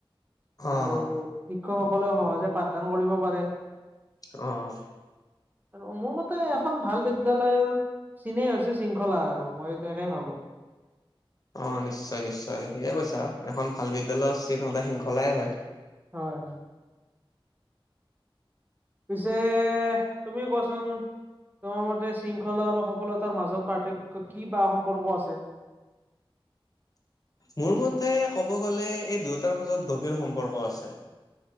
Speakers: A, on the left (about 40°); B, on the right (about 20°).
A: অ',
B: আৰু শিক্ষকসকলেও সহজে পাঠদান কৰিব পাৰে।
A: অ'।
B: আৰু মোৰ মতে এখন ভাল বিদ্য়ালয়ৰ চিনে হৈছে শৃংখলা আৰু, মই এনেকেই ভাবো।
A: অ' নিশ্চয় নিশ্চয় ঠিকে কৈছা, এখন ভাল বিদ্যালয়ৰ চিন সদা শৃংখলাই হয়।
B: হয় হয়। পিছে তুমি কোৱাচোন তোমাৰ মতে শৃংখলা আৰু সফলতাৰ মাজত পাৰ্থক্য কি বা সম্পৰ্ক আছে?
A: মোৰ মতে ক'ব গ'লে এই দুয়োটাৰ মাজত গভীৰ সম্পৰ্ক আছে।